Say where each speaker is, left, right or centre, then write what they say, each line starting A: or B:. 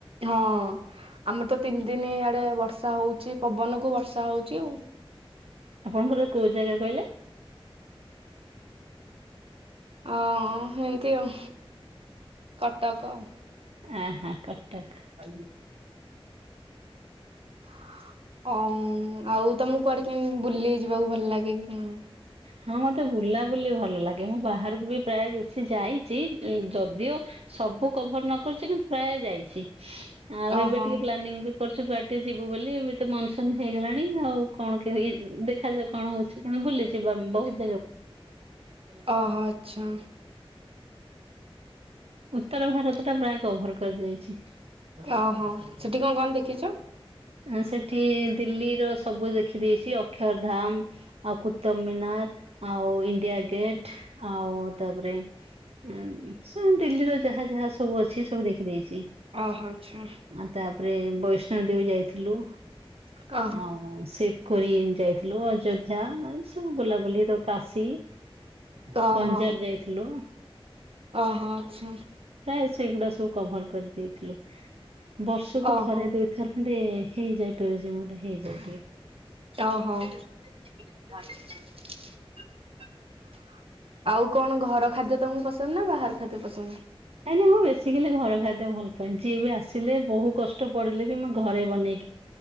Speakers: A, on the right (about 70°); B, on the right (about 85°).
A: ହଁ, ଆମର ତ ତିନି ଦିନି ଇଆଡେ ବର୍ଷା ହଉଛି ପବନ କୁ ବର୍ଷା ହଉଛି ଆଉ।
B: ଆପଣଙ୍କର କୋଉ ଜାଗା କହିଲେ?
A: ଅ, ହେମିତି ଆଉ କଟକ।
B: ଆହା କଟକ।
A: ଆଜି ଅଁ, ଆଉ ତୋମକୁ କୁଆଡେ କେମିତି ବୁଲିି ଯିବାକୁ ଭଲ ଲାଗେ କି କେଉଁ?
B: ହଁ, ମୋତେ ବୁଲାବୁଲି ଭଲ ଲାଗେ। ମୁଁ ବାହାରକୁ ବି ପ୍ରାୟ ବେଶୀ ଯାଇଚି। ଏ ଯଦିଓ ସବୁ କଭର୍ ନ କରିଛି କିନ୍ତୁ ପ୍ରାୟ ଯାଇଛି। ଆଉ
A: ଓହୋ
B: ଏବେ ଟିକେ ପ୍ଲାନିଂ ବି କରୁଛୁ କୁଆଡେ ଯିବୁ ବୋଲି। ଏମିତି ତ ମନସୁନ୍ ହେଇଗଲାଣି ଆଉ କଣ କେଇ ଉଁ, ଉଁ, ଦେଖାଯାଉ କଣ ହଉଛି କିନ୍ତୁ ବୁଲିଚି। ଯିବୁ ଆମେ ବହୁତ
A: ଓହୋ ଆଚ୍ଛା।
B: ଉତ୍ତର ଭାରତ ଟା ପ୍ରାୟ କଭର କରି ଦେଇଚି।
A: ଓହୋ ସେଠି କଣ କଣ ଦେଖିଚ?
B: ଉଁ ସେଠି ଦିଲ୍ଲୀର ସବୁ ଦେଖିଦେଇଚି ଅକ୍ଷରଧାମ ଆଉ କୁତୁବ ମୀନା ର୍ ଆଉ ଇଣ୍ଡିଆ ଗେଟ ଆଉ ତା ପରେ ଏଁ ସେ ଦିଲ୍ଲୀରେ ଯାହା ଯାହା ସବୁ ଅଛି ସବୁ ଦେଖି ଦେଇଚି
A: ଓହୋ ଆଚ୍ଛା
B: ଆଉ ତା ପରେ ବୈଷ୍ଣବ ଦେବୀ ଯାଇଥିଲୁ।
A: ଓ
B: ଆଉ ସେ ପୁରୀ ଯାଇଥିଲୁ ଅଯୋଧ୍ୟା ଏମ୍ ସବୁ ବୁଲାବୁଲି ତ କାଶୀ
A: ଓହୋ,
B: ପଞ୍ଜାବ ଯାଇଥିଲୁ
A: ଓହୋ, ଆଚ୍ଛା।
B: ପ୍ରାୟ ସେଗୁଡା ସବୁ କଭର କରିଦେଇଥିଲୁ। ବର୍ଷକୁ
A: ଓହୋ
B: ଥରେ ଦୁଇଥର ଖଣ୍ଡେ ହେଇଯାଏ ଟୁରିଜିମ୍ ଗୋଟେ ହେଇଯାଏ ଟିକେ।
A: ଓହୋ। ଆଉ କଣ ଘର ଖାଦ୍ୟ ତମକୁ ପସନ୍ଦ ନା ବାହାର ଖାଦ୍ୟ ପସନ୍ଦ?
B: ନାଇଁ ନାଇଁ ମୁଁ ବେଶିକାଲି ଘର ଖାଦ୍ୟ ଭଲପାଏ। ଯିଏ ବି ଆସିଲେ ବହୁ କଷ୍ଟ ପଡିଲେ ବି ମୁଁ ଘରେ ବନେଇ